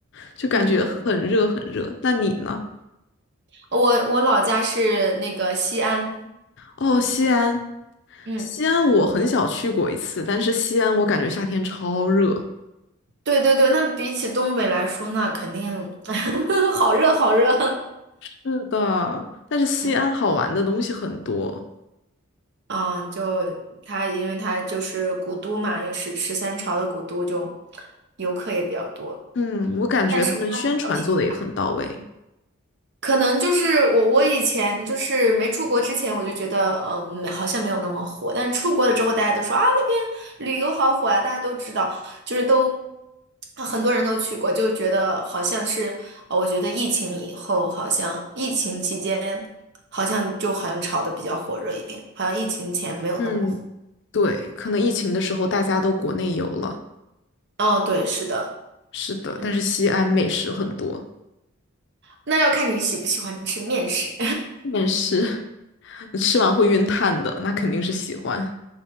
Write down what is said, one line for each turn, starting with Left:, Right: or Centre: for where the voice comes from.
Left: 就感觉很热很热。
Right: 嗯，
Left: 那你呢？
Right: 我我老家是那个西安，
Left: 哦，西安，
Right: 嗯，
Left: 西安我很小去过一次，但是西安我感觉夏天超热。
Right: 对对对，那比起东北来说，那肯定 <laughs> 好热好热，
Left: 是的，但是西安好玩的东西很多。
Right: 嗯啊，就它因为它就是古都嘛，也是十三朝的古都，就游客也比较多。
Left: 嗯，我感觉他们宣传做的也很到位。
Right: 但是它比较平凡。可能就是我，我以前就是没出国之前，我就觉得，嗯，没好像没有那么火。但是出国了之后，大家都说啊，那边旅游好火啊，大家都知道，就是都啊很多人都去过，就觉得好像是，呃我觉得疫情以后，好像疫情期间，好像就好像炒的比较火热一点，好像疫情前没有那么火。
Left: 嗯，对，可能疫情的时候大家都国内游了，
Right: 哦，对，是的，
Left: 是的，
Right: 嗯，
Left: 但是西安美食很多，
Right: 那要看你喜不喜欢吃面食。
Left: 但食 <laughs> 吃完会晕碳的，那肯定是喜欢。